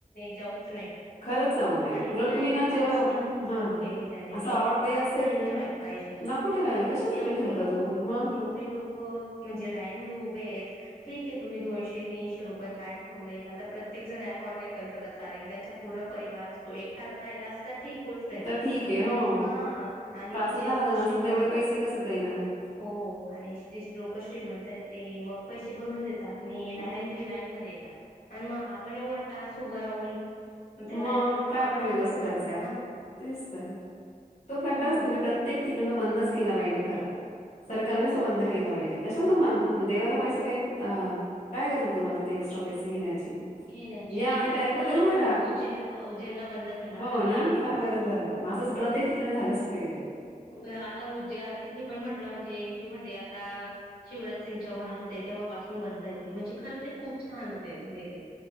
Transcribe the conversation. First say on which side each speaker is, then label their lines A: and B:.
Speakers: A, on the left (about 90°); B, on the left (about 50°).
A: जाऊच नाही
B: खरंच जाऊ नये.
A: आणि
B: उलट
A: वही आयपी
B: तुम्ही ना
A: पास
B: जेव्हा
A: पण चालू
B: हां,
A: केली त्यांनी
B: असा
A: व आयपी
B: ऑड डे
A: पास
B: असेल
A: नाही
B: ना,
A: ठेवायला पाहिजे
B: नको ठेवायला
A: आ
B: कशासाठी
A: एवढे
B: ठेवता
A: लोक
B: तुम्ही मग?
A: एवढे लोक म्हणजे ते उभे आहेत ठीक आहे तुम्ही दोनशे तिने रुपये काय ठेवलेत आता प्रत्येक जण एफौरड नाही करू शकत की त्यांचा पूर्ण परिवार असतो एक राहिला तर ठीक गोष्ट आहे
B: तर ठीक आहे
A: पण
B: हो.
A: हा आणि जे
B: अन्
A: लोक
B: जण
A: श्रीमंतंत
B: असतील तेवढे पैसे कसे देणार आहेत?
A: हो आणि लोक श्रीमंत ते मग पैसे भरून देतात आणि
B: मग
A: डायरेक्टली लाईन मध्ये येतात आणि मग आपण एवढा तास उभं राहून त्या
B: मग
A: लाईन मध्ये
B: काय
A: आपल्याना
B: उपयोग
A: पण
B: असतो
A: वाटतं
B: त्याचा
A: ना
B: तेचत तो प्रकारच
A: हम्म
B: म्हणजे प्रत्येक ठिकाणी तो बंदच केला पाहिजे खरं सरकारनेच
A: हो
B: बंद केला पाहिजे कश देवाला पैसा काही काय करयचं तुम्हाला तिथे एक्स्ट्रा पैसे घेण्या
A: घेण्याची
B: या आणि
A: इथे
B: लाईन
A: बंद
B: मध्ये
A: झालं
B: उभं
A: ना उज्जैनला उज्जैनला बंद केला
B: हो
A: आता
B: ना
A: व्ही आय पी
B: फार
A: पास
B: बरं झालंं प्रत्येक ठिकाणी झालंच पाहिजे
A: ह्य आता उज्या तिथे पण म्हटलं म्हणजे ते म्हदे आता शिवराज सिंग चौहण होते, तेव्हापासून बंद ये ते म्हणजे खरं ते खूप छान होते. <unintelligible> ते